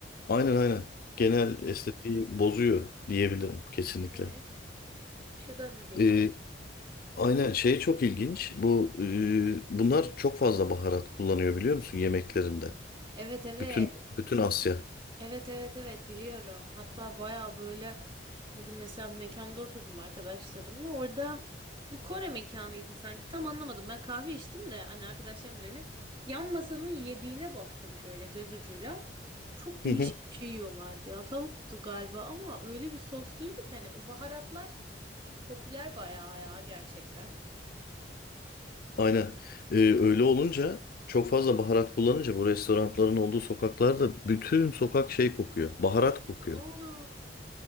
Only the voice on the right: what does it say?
Doğru.
Evet. Bir şey daha diyecektim.
Evet evet.
Evet evet evet biliyorum. Hatta baya böyle Bugün mesela bir mekanda oturdum arkadaşlarımla. Orada bir Kore mekanıydı sanki. Tam anlamadım. Ben kahve içtim de hani arkadaşlarım da öyle. Yan masanın yediğine baktım şöyle göz ucuyla. Çok değişik
bir şey yiyorlardı ya. Tavuktu galiba ama öyle bir sosluydu ki hani o baharatlar popüler bayağı ya gerçekten.
Ana.